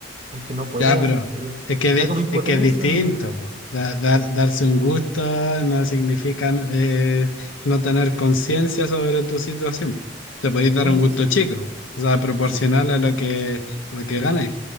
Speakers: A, on the right; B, on the left.
A: aunque no puedan,
B: Ya, pero
A: pero
B: es que, de-
A: da como impotencia
B: es que es distinto,
A: no poder, po.
B: po. Da- dar- darse un gusto no significa eh, no tener conciencia sobre tu situación. Te podéis dar
A: No,
B: un
A: si,
B: gusto
A: s-
B: chico, o sea, proporcional
A: si, s-
B: a lo que, lo que ganáis.